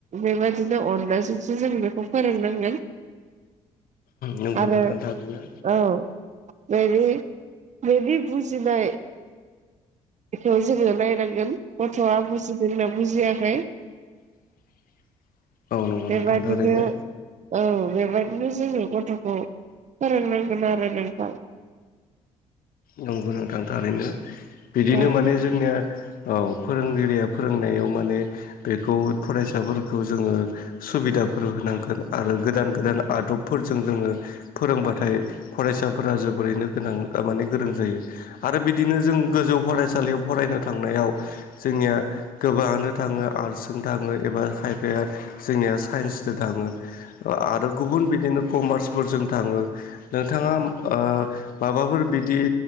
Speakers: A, on the right; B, on the left.
A: बेबादिनो अननायजोंसो जों बेखौ फोरोंनांगोन।
B: नंगौ
A: आरो
B: नोंथां थारैनो
A: औ। मेबि मेबि बुजिनाय बेखौ जोङो नायनांगोन गथ'आ बुजिदोंना बुजियाखै!
B: <inaudible>
A: बेबायदिनो
B: नोंथां थारैनो
A: औ बेबायदिनो जोङो गथ'खौ फोरोंनांगोन आरो नोंथां।
B: नंगौ नोंथां थारैनो। बिदिनो
A: औ
B: माने जोंनिया औ फोरोंगिरिया फोरोंनायाव माने बेखौ फरायसाफोरखौ जोङो सुबिदाफोर होनांगोन आरो गोदान गोदान आदबफोरजों जोङो फोरोंबाथाय फरायसाफोरा जोबोरैनो गोनां थारमाने गोरों जायो आरो बिदिनो जों गोजौ फरायसालियाव फरायनो थांनायाव जोंनिया गोबाङानो थाङो आरसजों थाङो एबा खायफाया जोंनिया साइन्सदो थाङो ओ आरो गुबुन बिदिनो कमार्सफोरजों थाङो। नोंथाङा ओ माबाफोर बिदि